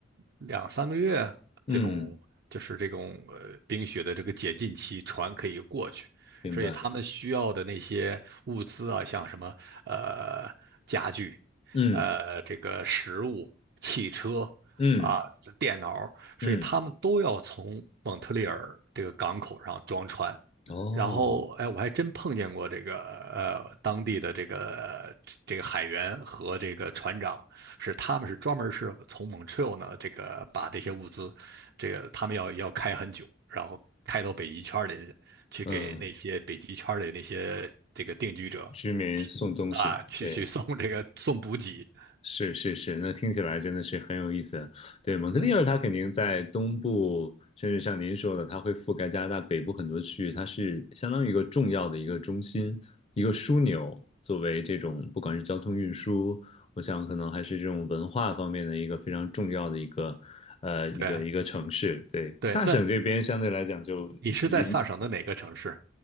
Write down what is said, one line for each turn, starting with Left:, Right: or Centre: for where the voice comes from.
Right: 两三个月这种，
Left: 嗯，
Right: 就是这种呃冰雪的这个解禁期，船可以过去，
Left: 明白，
Right: 所以他们需要的那些物资啊，像什么呃家具，
Left: 嗯
Right: 呃这个食物、汽车
Left: 嗯
Right: 啊、电脑，所以他们都要从蒙特利尔这个港口上装船。
Left: 嗯，哦，
Right: 然后，哎，我还真碰见过这个呃当地的这个这个海员和这个船长，是他们是专门是从蒙特 r 呢，这个把这些物资，这个他们要要开很久，然后开到北极圈里去给那些北极圈里那些这个定居者
Left: 嗯，居民送东西，
Right: 啊，去去送这个送补给。
Left: 对。
Right: <laughs>
Left: 是是是，那听起来真的是很有意思。对，蒙特利尔它肯定在东部，
Right: 嗯
Left: 甚至像您说的，它会覆盖加拿大北部很多区域，它是相当于一个重要的一个中心、一个枢纽，作为这种不管是交通运输，我想可能还是这种文化方面的一个非常重要的一个呃一个一个城市。
Right: 对
Left: 对，
Right: 对，
Left: 萨省这边相对来讲就。
Right: 那你是在萨省的哪个城市？
Left: 银。